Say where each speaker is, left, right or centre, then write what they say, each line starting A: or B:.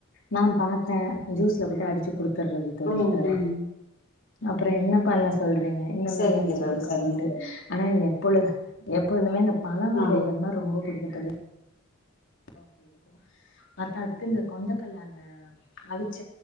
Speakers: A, on the left; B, on the left.
A: நா பாத்தே ஜூஸ்ல போட்டு அடிச்சி குடு த்தறது தோழி
B: ம்
A: இதெல்லா
B: ம்
A: அப்புறோ என்ன பண்ண சொல்றீங்க இந்த
B: சரிங்க
A: மேரி அடிச்சி
B: தோழி
A: குடுக்கறது
B: சரிங்க
A: உண்டு
B: தோழி
A: ஆனா எ பொழு எப்பொழுதுமே இந்த பழ வகைகள்னா
B: ஆ
A: ரொம்ப புடிக்கு தோழி த வகைக்கு பாத்ததுக்கு இந்த கொண்டக்கல்ல அந்த அவிச்ச